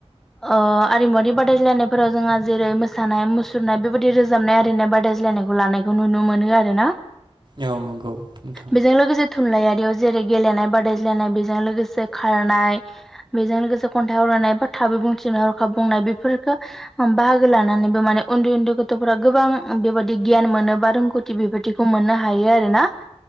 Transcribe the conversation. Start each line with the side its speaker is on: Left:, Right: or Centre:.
Centre: ओ आरिमुवारि बादायलायनायफोराव जोंहा जेरै- मोसानाय मुसुरनाय बेबायदि रोजाबनाय आरिनाय बादाय ज्लायनायखौ लानायखौ नुनो मोनो आरो ना।
Right: औ नंगौ नोंथां
Centre: बेजों लोगोसे थुनलायारियाव जेरै गेलेनाय बादायज्लायनाय बेजों लोगोसे खारनाय बेजों लोगोसे खन्थाइ आवरायनाय बा थाबै बुंथि हरखाब बुंनाय बेफोरखौ बाहागो लानानैबो माने उन्दै उन्दै गथ'फोरा गोबां बेबायदि गियान मोन बा रोंगौथि बेबायदिखौ मोननो हायो आरोना